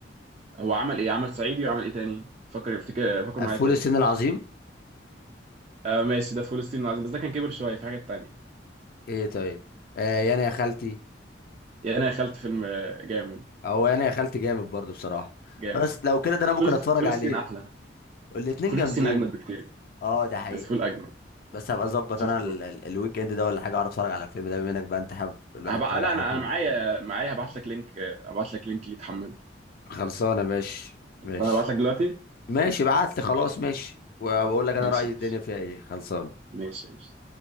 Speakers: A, on the right (about 35°); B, on the left (about 55°).
A: هو عمل ايه عمل صعيدي وعمل ايه تاني فكر افتكر فكر
B: آه،
A: معايا
B: فول
A: كده
B: الصين العظيم
A: آه ماشي ده فلسطين العظيم بس ده كان كبر شويه في حاجات تانية
B: ايه طيب آه يا انا يا خالتي
A: يعني انا دخلت فيلم آه، جامد
B: او يا انا يا خالتي جامد برضه بصراحة
A: جامد
B: بس لو كده ده انا ممكن
A: فلس-
B: اتفرج
A: فلسطين
B: عليه
A: احلى
B: الاتنين
A: فلسطين
B: جامدين
A: اجمد بكتير
B: اه ده حقيقي
A: بس فول اجمد
B: بس هبقى اظبط
A: شفته
B: انا ال- ال- الويك اند ده ولا حاجه اعرف اتفرج على الفيلم ده بما انك بقى انت حابب الواحد
A: هبقى
B: يتفرج
A: لا
B: على
A: انا
B: حاجه كوميدي
A: انا معايا معايا هبعت لك لينك آه، هبعت لك لينك اللي تحمله
B: خلصانه ماشي
A: بس
B: ماشي
A: انا هبعت لك دلوقتي
B: ماشي بعت لي خلاص ماشي وبقول لك انا
A: ماشي
B: رايي
A: ماشي
B: الدنيا فيها ايه خلصانه
A: ماشي ماشي.